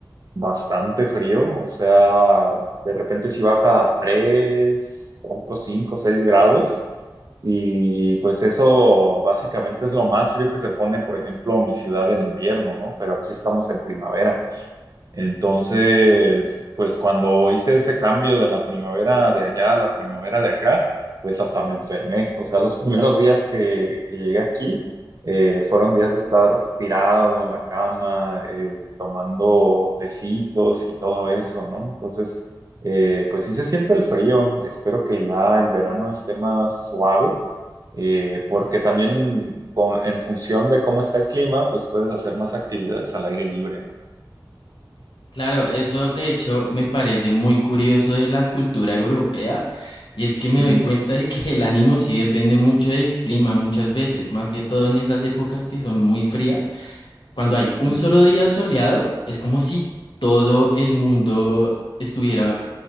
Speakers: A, on the right; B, on the left.
A: bastante frío. O sea, de repente sí baja a 3, 4, 5, 6 grados. Y pues eso básicamente es lo más frío que se pone, por ejemplo, mi ciudad en invierno, ¿no? Pero aquí estamos en primavera. Entonces, pues cuando hice ese cambio de la primavera de allá a la primavera de acá, pues hasta me enfermé. O sea, los <laughs> primeros días que, que llegué aquí eh, fueron días de estar tirado en la cama, eh, tomando tecitos y todo eso, ¿no? Entonces, eh, pues sí se siente el frío. Espero que ya el verano esté más suave. eh, porque también con- en función de cómo está el clima, pues puedes hacer más actividades al aire libre, ¿no?
B: Claro, eso de hecho me parece muy curioso de la cultura europea y es que me
A: Ujú,
B: doy cuenta de que el ánimo sí depende mucho del clima muchas veces, más que todo en esas épocas que son muy frías. Cuando hay
A: ujú.
B: un solo día soleado, es como si todo el mundo estuviera